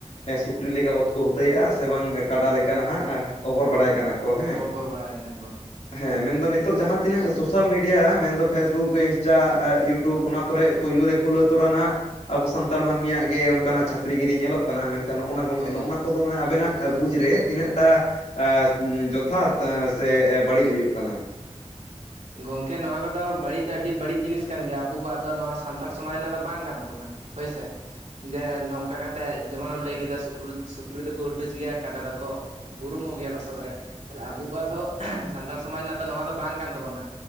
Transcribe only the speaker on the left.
ᱥᱩᱠᱨᱤ ᱞᱮᱠᱟ ᱚᱛ ᱠᱚ ᱦᱩᱴᱟᱹᱭᱮᱜᱼᱟ ᱥᱮ ᱵᱟᱝ ᱠᱟᱰᱟ ᱞᱮᱠᱟ ᱱᱟᱦᱟᱸᱜ ᱚᱵᱚᱨ ᱵᱟᱲᱟᱭ ᱠᱟᱱᱟ ᱠᱚ ᱦᱮᱸ
ᱦᱮᱸ ᱢᱮᱱᱫᱚ ᱱᱤᱛᱚᱜ ᱡᱟᱦᱟᱸ ᱛᱤᱱᱟᱹᱜ ᱥᱳᱥᱟᱞ ᱢᱤᱰ ᱤᱭᱟ ᱢᱮᱱᱫᱚ ᱯᱷᱮᱥᱵᱩᱠ ᱤᱱᱥ ᱴᱟ ᱤᱭᱩᱴᱩᱵᱽ ᱚᱱᱟ ᱠᱚᱨᱮᱜ ᱯᱩᱭᱞᱩ ᱨᱮ ᱠᱷᱩᱞᱟᱹ ᱛᱚᱨᱟ ᱦᱟᱸᱜ ᱟᱵᱚ ᱥᱟᱱᱛᱟᱲ ᱢᱟᱹᱱᱢᱤᱭᱟᱜ ᱜᱮ ᱚᱱᱠᱟᱱᱟᱜ ᱪᱷᱟᱯ ᱨᱤ ᱜᱤᱨᱤ ᱧᱮᱞᱚᱜ ᱠᱟᱱᱟ ᱢᱮᱱᱠᱷᱟᱱ ᱱᱚᱜᱼᱱᱟ ᱜᱚᱝᱠᱮ
ᱱᱚᱜᱼᱱᱟ ᱠᱚᱫᱚ ᱢᱟᱱᱮ ᱟᱵᱮᱱᱟᱜ ᱵᱩᱡᱽ ᱨᱮ ᱛᱤᱱᱟᱹᱜ ᱴᱟ ᱾ <unintelligible> ᱡᱚᱛᱷᱟᱛ ᱥᱮ ᱵᱟᱲᱤᱡ ᱦᱩᱭᱩᱜ ᱠᱟᱱᱟ᱾